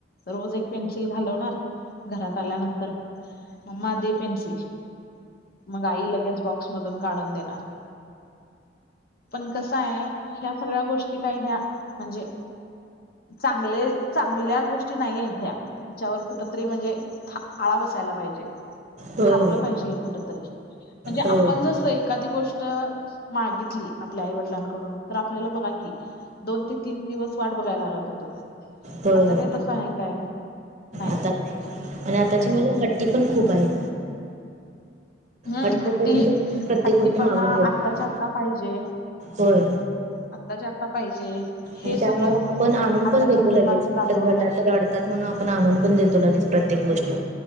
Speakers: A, on the left; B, on the right.
A: रोज एक पेन्सिल घालवणार घरात आल्यानंतर ममा दे पेन्सिल. मग आई लगेच बॉक्स मधून काढून देणार. पण कसा आहे ह्या सगळ्या गोष्टी काय ह्या म्हणजे चांगले, चांगल्या गोष्टी नाहीयेत या. हिच्यावर कुठ तरी म्हणजे आळा बसायला पाहिजे
B: होय,
A: थांबलं
B: होय.
A: पाहिजे हे कुठतरी. म्हणजे
B: होय.
A: आपण जसं एखादी गोष्ट मागितली आपल्या आईवडलांकडून तर आपल्याला बघा की दोन ते तीन दिवस वाट बघायला लागत होत
B: होय,
A: आता
B: होय.
A: काय तसं आहे काय? नाहीच.
B: आता नाही आणि आताची
A: म्हणजे
B: मुलं हट्टी पण खूप आहेत.
A: हम्म
B: हट्ट
A: हट्टी
B: करून पण प्रत्येक
A: हट्टीपणा
B: गोष्ट मागून घेतात.
A: आत्ताच्या आत्ता पाहिजे.
B: होय.
A: आताच्या आता पाहिजे हे
B: आणि त्यामुळे
A: सगळं
B: आपण आणून
A: आताच्या
B: पण देतो
A: मुलांच्या
B: लगेच. हट्ट
A: ग आदळून
B: करतात,
A: जाते.
B: रडतात म्हणून आपण आणून पण देतो लगेच प्रत्येक गोष्ट.